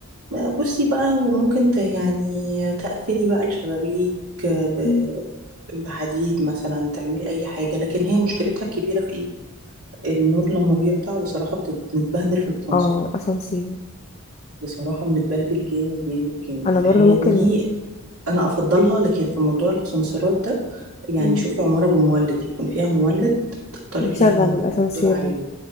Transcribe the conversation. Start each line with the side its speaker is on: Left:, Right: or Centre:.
Right: بصي بقى ممكن ت يعني تقفلي بقى الشبابيك ب-
Left: مم.
Right: بحديد مثلا تعملي اي حاجة لكن هي مشكلتها الكبيرة في ايه النور لما بيقطع بصراحة بت- بنتبهدل في الاسانسير
Left: اه اسانسير
Right: بصراحة بنتبهدل جامد جامد جامد
Left: انا
Right: فهي
Left: برضو ممكن
Right: دي انا افضلها لكن في موضوع الاسانسيرات ده يعني
Left: مم.
Right: شوفي عمارة بمولد يكون فيها مولد تختاري
Left: نشغل
Right: فيها
Left: الاسانسير
Right: دور عالي
Left: ده